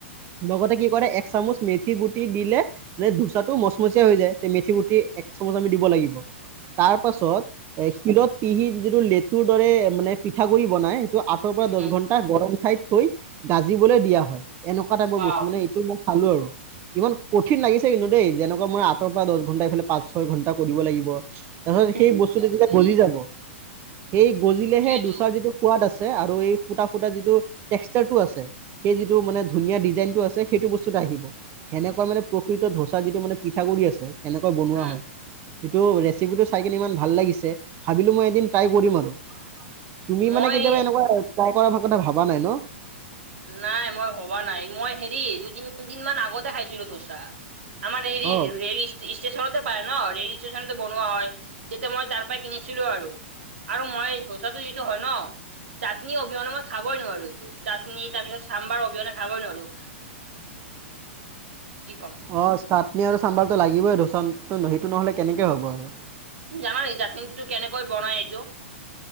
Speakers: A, on the right (about 35°); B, on the right (about 75°).
A: লগতে কি কৰে এক চামুচ মেথি গুটি দিলে মানে ধোচাটো মচমচীয়া হৈ যায় তে মেথি গুটি এক চামুচ আমি দিব লাগিব। তাৰ পাছত এ তিলত পিহি যিটো লেতুৰ দৰে মানে পিঠাগুৰিি বনাই সেইটো আঠৰ পৰা
B: উম
A: দহ ঘন্টা গৰম ঠাইত থৈ গাজিবলৈ দিয়া হয়। এনেকুৱা টাইপৰ
B: বা
A: বস্তু মানে এইটো মই চালো আৰু ইমান কঠিন লাগিছে। কিন্তু, দেই যেনেকুৱা মান আঠৰ পৰা দহ ঘণ্টা ইফালে পাঁচ ছয় ঘণ্টা কৰিব লাগিব। নহয়।
B: তাকেই
A: সেই বস্তুটো যেতিয়া গলি যাব। সেই গলিলেহে
B: সেইটোৱেইতো
A: দুচাৰ যিটো কোৱাদ আছে। তে আৰু এই ফুটা ফুটা যিটো এক্সাষ্টাৰ টোৰ আছে, সেই যিটো মানে ধুনীয়া দিজাইন টো আছে, সেইটো বস্ত সেনেকুৱা মানে প্ৰকৃত ধোচা যিটো মানে পিঠাগু়ি আছে, সেনেকৈ বনোৱা
B: উম
A: হয়। সেইটো ৰেচিপিটো চাই কিনে ইমান ভাল লাগিছে, ভাবিলোঁ মই এদিন ট্ৰাই কৰিম আৰু তুমি
B: মই
A: মানে কেতিয়াবা এনেকুৱা ট্ৰাই কৰা কথা ভাবা নাই ন'?
B: নাই মই ভবা নাই, মই হেৰি দুই তিনদিন মান আগতে খাইছিলো ধোচা। আমাৰ হেৰি
A: অ
B: ৰেলি ষ্টেচনতে পায় ন ৰে'ল ষ্টেচনতে বনোৱা হয়। তেতিয়া মই তাৰ পৰা কিনিছিলোঁ আৰু আৰু মই ধচাটো যিটো হয় ন চাটনি অবিহনে মই খাবই নোৱাৰোঁ এইটো চাট নি তাৰপিছত চামবাৰৰ অবিহনে খাবই নোৱাৰোঁ। ক'ম
A: আহ চাটনি আৰু চাম্বাৰটো লাগিবই ধচোন ত সেইটো নহ'লে কেনেকে হ'ব আৰু।
B: তুমি জানা নেকি চাটনিটো কেনেকৈ বনাই এইটো?